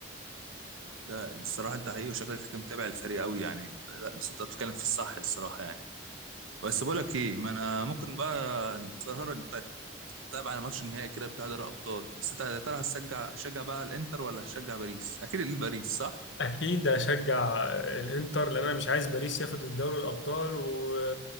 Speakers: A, on the right; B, on the left.
A: لا الصراحة انت حقيقي وشكلك انت متابع الفريق قوي يعني انت- لا بس انت بتتكلم في الصح الصراحة يعني بس بقول لك ايه ما انا ممكن بقى نتفرج طيب طيب على ماتش النهائي كده بتاع دوري الابطال بس انت يا ترى هتشجع هتشجع بقى الانتر ولا هتشجع باريس اكيد الباريس صح
B: اكيد اشجع الانتر لان انا مش عايز باريس ياخد الدوري الابطال و...